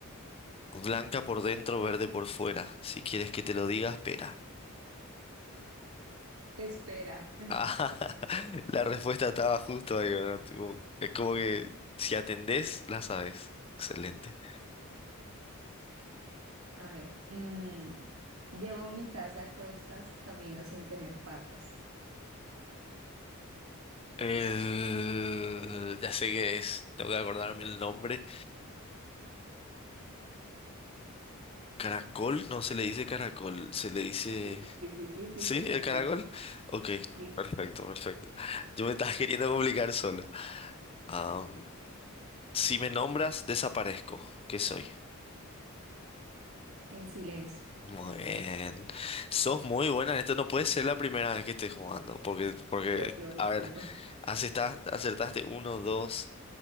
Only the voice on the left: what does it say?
blanca por dentro, verde por fuera. Si quieres que te lo diga, espera.
Ah, <laughs> la respuesta estaba justo ahí, ¿verdad? Tipo, es como que si atendés, la sabes. Excelente.
El- Ya sé qué es. Tengo que acordarme el nombre. Caracol, no se le dice caracol, se le dice...
¿Sí?
¿El
caracol?
Ok,
perfecto, perfecto. Yo me estás <laughs> queriendo complicar solo. Am, si me nombras, desaparezco. ¿Qué soy?
Muy bien. Sos muy buena en esto. No puede ser la primera vez que estés jugando. Porque, porque,
a ver,
acertaste, acertaste uno, dos,